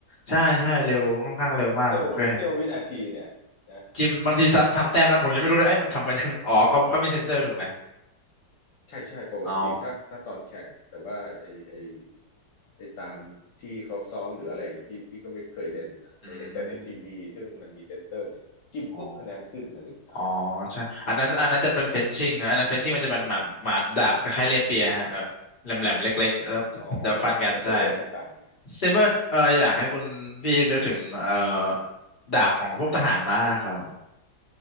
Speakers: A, on the left; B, on the left.
A: ใช่ใช่เร็วค่อนข้างเร็วมากผมเคยเห็น
B: เสี้ยวเสี้ยววินาทีเนี่ยนะ
A: จิมบางทีทำทำแต้มแล้วผมยังไม่รู้เลยไอ้ยมันทำกันยังอ๋อเขาเขามีเซ็นเซอร์ถูกไหม
B: ใช่ใช่ปกติถ้าถ้าตอนแข่งแต่ว่าไอไอ
A: อ๋อ
B: ไอ้ตามที่เขาซ้อมหรืออะไรเงี้ยพี่พี่ก็ไม่เคยเล่นนะเคยเห็นแต่ในทีวีซึ่งมันมีเซ็นเซอร์ไยจิ้มปุ๊บคะแนนขึ้นอะไรอย่างเงี้ยครับ
A: อืมอ๋อ อ๋อใช่ อันนั้นอันนั้นจะเป็นเฟนชิ่งฮะอันนั้นเฟนชิ่งมันจะเป็นหมาดหมาดดาบคล้ายๆเลเปียฮะแบบแหลมๆเล็กๆแล้ว
B: เอออ๋อ
A: แล้วฟันกันใช่
B: แล้วเซเบอร์มันต่างยังไง
A: เซเบอร์เอออยากให้คุณพี่นึกถึงเอ่อดาบของพวกทหารม้าครับ